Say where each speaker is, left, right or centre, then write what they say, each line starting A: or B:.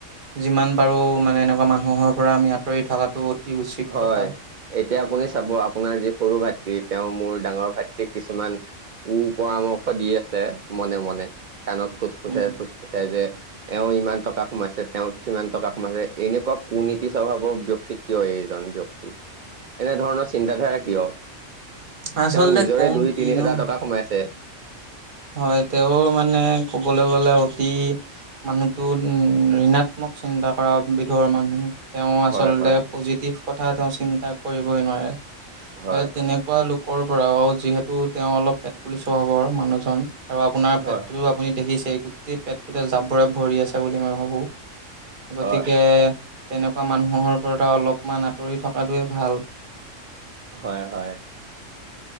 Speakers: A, on the right; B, on the right.
A: যিমান পাৰোঁ মানে এনেকুৱা মানুহৰ পৰা আমি আঁতৰি থকাটো উচিত
B: হয়,
A: কথা।
B: এতিয়া আপুনি চাব আপোনাৰ যি সৰু ভাতৃ তেওঁ মোৰ ডাঙৰ ভাত কিছুমান কু পৰামৰ্শ দি আছে মনে মনে কাণত ফুচফুচাই
A: উম,
B: ফুচ কৈছে যে এওঁ ইমান টকা সোমাইছে তেওঁ কিমান টকা সোমাইছে এনেকুৱা কুনীতি স্বভাৱৰ ব্যক্তিক কিয় এই জন ব্যক্তি এনেধৰণৰ চিন্তাধাৰা কিয়?
A: আচলতে
B: তেওঁ নিজৰে
A: কম
B: দুই
A: কি
B: তিনি
A: ন
B: হোজাৰ টকা সোমাইছে।
A: হয়, তেওঁৰ মানে ক'বলৈ গ'লে অতি মানুহতো উম ঋণাত্মক চিন্তা কৰা বিধৰ মানুহ। তেওঁ আচলতে
B: হয় হয়
A: পজিটিভ কথা তেওঁ চিন্তা কৰিবই নোৱাৰে।
B: হয়
A: এই তেনে কুৱা লোকৰ পৰা অ' যিহেতু তেওঁ অলপ পেট কুলি স্বভাবৰ মানুহজন। আৰু আপোনাৰ
B: হয়
A: পেটটো আপুনি দেখিছেই গোটেই পেটটোতে জাবৰে ভৰি আছে বুলি মই ভাবোঁ। গতিকে
B: হয়
A: তেনেকুৱা মানুহৰ পৰা অলপমান আঁতৰি থকাটোৱে ভাল।
B: হয়, হয়।